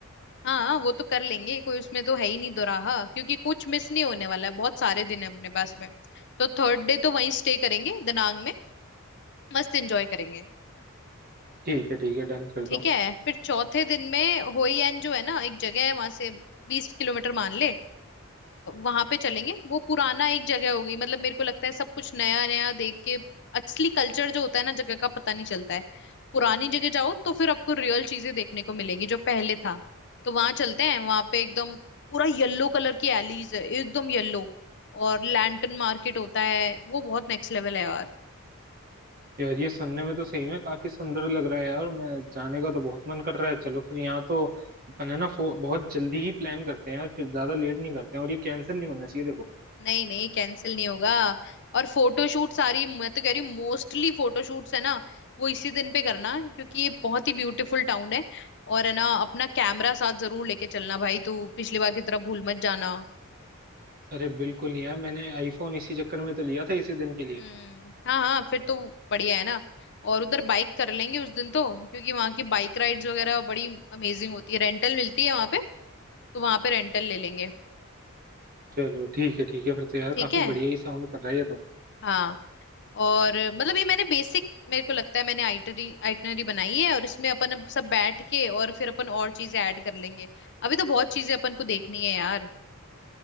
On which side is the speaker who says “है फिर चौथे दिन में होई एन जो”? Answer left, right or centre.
Left